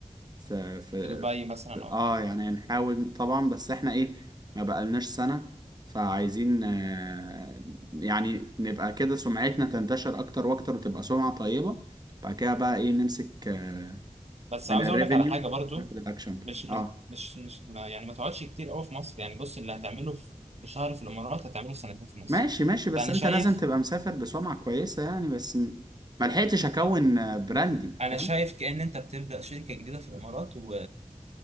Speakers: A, on the right; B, on the right.
A: ف ف
B: في دبي مثلا
A: ف-
B: او
A: اه
B: حاجة
A: يعني نحاول طبعا بس احنا ايه ما بقالناش سنة فعايزين آه، يعني نبقى كده سمعتنا تنتشر اكتر واكتر وتبقى سمعة طيبة بعد كده بقى ايه نمسك آه،
B: بس
A: من
B: عاوز
A: الريفينيو
B: اقول لك على حاجة برضو
A: ناخد الاكشن ده
B: مش
A: اه
B: مش مش ما يعني ما تقعدش كتير قوي في مصر يعني بص اللي هتعمله في في شهر في الامارات هتعمله في سنتين في مصر
A: ماشي ماشي بس
B: فانا
A: انت
B: شايف
A: لازم تبقى مسافر بسمعة كويسة يعني بس م- ما لحقتش اكون
B: آه.
A: آه، براندي
B: انا
A: فاهم
B: شايف كأن انت بتبدأ شركة جديدة في الامارات و...